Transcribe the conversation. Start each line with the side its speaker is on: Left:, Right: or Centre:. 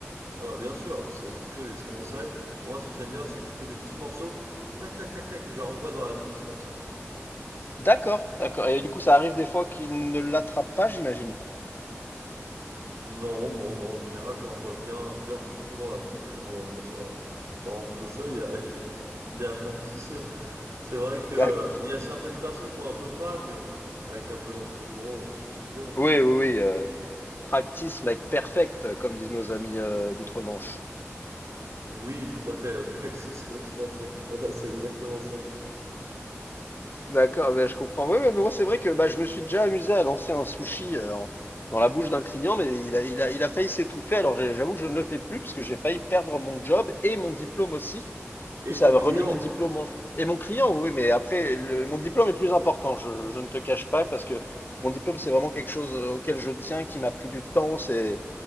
Right: Ah bah bien sûr, c'est quelque chose d'extrêmement sérieux. Moi, ce que j'aime bien, c'est couper des petits morceaux et tac, tac, tac, tac, je leur envoie dans la bouche comme ça.
Left: D'accord, d'accord. Et du coup, ça arrive des fois qu'il ne l'attrape pas, j'imagine.
Right: Non, non, non, en général, je leur envoie bien, bien profond dans la bouche et normalement, ça, ça rentre tout seul, il y a, il y a pas de souci. C'est vrai que, euh,
Left: D'ac-
Right: il y a certaines personnes qui ont un peu de mal, mais avec un peu d'entraînement, ça se fait bien.
Left: Oui, oui, oui. euh, practice make perfect, comme disent nos amis euh, d'outre-Manche.
Right: Oui, tout à fait. Practice makes perfect. <laughs> Ouais, c'est exactement ça.
Left: D'accord, ben, je comprends. Oui, oui, mais moi, c'est vrai que bah, je me suis déjà amusé à lancer un sushi euh, en- dans la bouche d'un client, mais il a, il a, il a failli s'étouffer. Alors, j'ai- j'avoue que je ne le fais plus parce que j'ai failli perdre mon job et mon diplôme aussi. Du
Right: Et
Left: coup, ça
Right: ton
Left: a
Right: client?
Left: remis mon diplôme en jeu. Et mon client, oui, mais après, le- mon diplôme est plus important. Je, je ne te cache pas parce que mon diplôme, c'est vraiment quelque chose euh, auquel je tiens, qui m'a pris du temps. C'est,